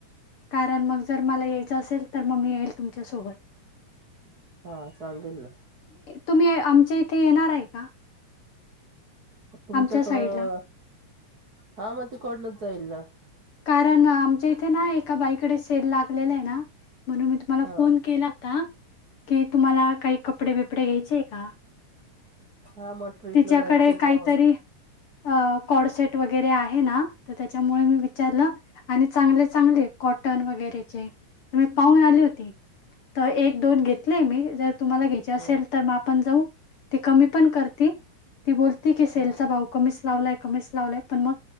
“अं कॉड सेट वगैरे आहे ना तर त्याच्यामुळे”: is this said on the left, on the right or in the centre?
Left